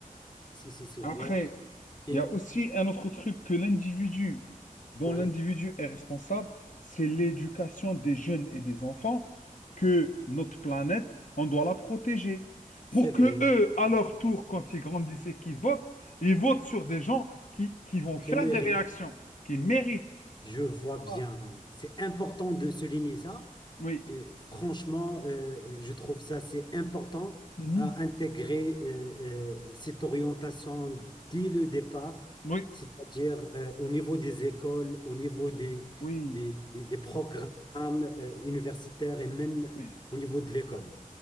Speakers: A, on the left; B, on the left.
A: Si, si, si, voit.
B: Après,
A: Et-
B: il y a aussi un autre truc que l'individu, dont
A: ouais,
B: l'individu est responsable, c'est l'éducation des jeunes et des enfants, que notre planète, on doit la protéger.
A: c'est
B: Pour
A: vrai.
B: que eux, à leur tour, quand ils grandissent et qu'ils votent, ils votent sur des gens qui, qui vont faire
A: Quel mérite,
B: des réactions, qui méritent.
A: je vois bien.
B: Voilà.
A: C'est important de souligner ça.
B: Oui,
A: Et franchement, euh, je trouve ça, c'est important
B: mhm,
A: à intégrer euh, euh, cette orientation dès le départ,
B: Oui,
A: c'est-à-dire euh, au niveau des écoles, au niveau des,
B: oui,
A: des, des- des programmes euh, universitaires et même
B: oui,
A: au niveau de l'école.